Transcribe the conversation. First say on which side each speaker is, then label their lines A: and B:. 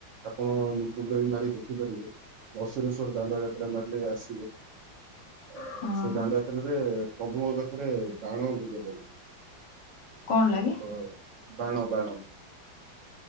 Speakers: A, on the right (about 80°); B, on the left (about 75°).
A: ଆପଣ ୟୁଟ୍ୟୁବରେ ବି ମାରି ଦେଖିପାରିବେ ଅଶୁରେଶ୍ଵର ଦାଣ୍ଡ ଯାତ୍ରା ମାରିଲେ ଆସିବ। ଆ
B: ହଁ
A: ସେ ଦାଣ୍ଡ ଯା- ସେଥିରେ ପ୍ରଭୁଙ୍କ ପାଖରେ ବାଣ ଭୋଗ ଲାଗେ।
B: କଣ ଲାଗେ
A: ବାଣ ବାଣ।